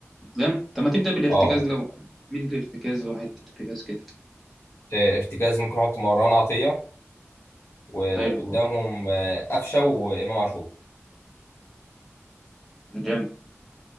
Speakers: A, in the centre; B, on the left.
A: جامد طب ما تبدأ بالارتكاز
B: أه
A: لو من الارتكاز وحيد ارتكاز كده
B: آه، ارتكاز ممكن أحط مروان عطية وقدامهم
A: حلو
B: آه، قفشة وإمام عاشور
A: جامد